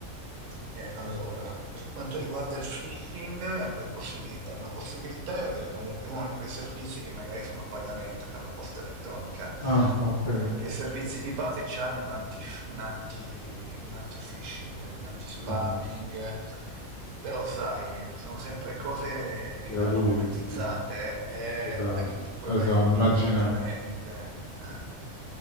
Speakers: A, on the right; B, on the left.
A: E allora, per quanto riguarda il phishing, hai due possibilità. Una possibilità è avere comunque uno di quei servizi che magari sono a pagamento per la posta elettronica,
B: Ah, ok.
A: perché i servizi di base hanno un anti, un anti- un anti-phishing, un anti-spamming,
B: Mhm.
A: però sai, sono sempre cose che
B: Gratuite.
A: vanno monetizzate,
B: eh,
A: eh,
B: Esatto.
A: eh, non è che tu puoi
B: Esatto,
A: avere tutto
B: immaginavo.
A: gratuitamente. eh.